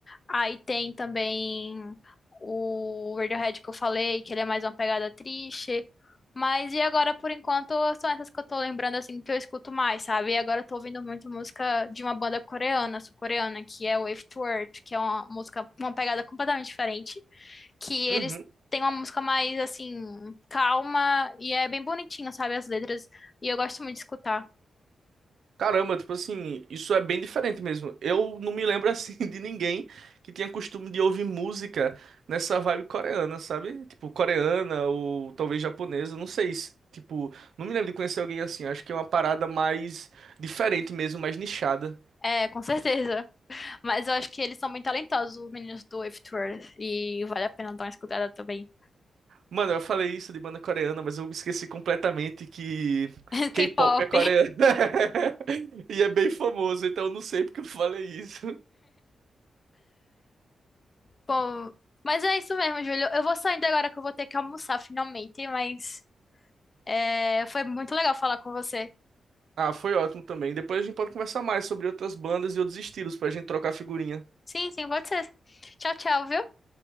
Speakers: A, on the left (about 35°); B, on the right (about 75°).
A: Aí tem também o Radiohead que eu falei, que ele é mais uma pegada triste. Mas e agora, por enquanto, são essas que eu tô lembrando, assim, que eu escuto mais, sabe? E agora eu tô ouvindo muito música de uma banda coreana, sul-coreana, que é o Afterword, que é uma música, uma pegada completamente diferente, que eles
B: Uhum.
A: têm uma música mais, assim, calma e é bem bonitinha, sabe? As letras, e eu gosto muito de escutar.
B: Caramba, tipo assim, isso é bem diferente mesmo. Eu não me lembro assim <laughs> de ninguém que tinha costume de ouvir música nessa vibe coreana, sabe? Tipo, coreana ou talvez japonesa, não sei. se- Tipo, não me lembro de conhecer alguém assim. Acho que é uma parada mais diferente mesmo, mais nichada.
A: É, com certeza. Mas eu acho que eles são muito talentosos, os meninos do if 2 E vale a pena dar uma escutada também.
B: Mano, eu falei isso de banda coreana, mas eu me esqueci completamente que
A: <laughs>
B: K-pop
A: K-pop.
B: é coreano. <laughs> E é bem famoso, então eu não sei porque eu falei isso.
A: Bom, mas é isso mesmo, Júlio. Eu vou saindo agora que eu vou ter que almoçar finalmente, mas é, foi muito legal falar com você.
B: Ah, foi ótimo também. Depois a gente pode conversar mais sobre outras bandas e outros estilos pra gente trocar figurinha.
A: Sim, sim, pode ser. Tchau, tchau, viu?